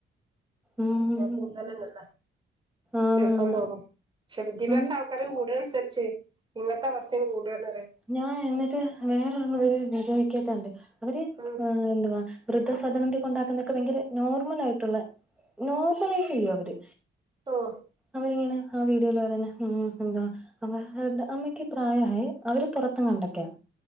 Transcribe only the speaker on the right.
കൂടുതലന്നല്ലെ
ദിവസം തോറും ശേ വിദ്യാഭ്യാസം
ആൾക്കാര് കൂട്ണ അൻസര്ച്ചെ ഇങ്ങത്തെ അവസ്ഥിം കൂടണറേ
ഉം
ഓഹ്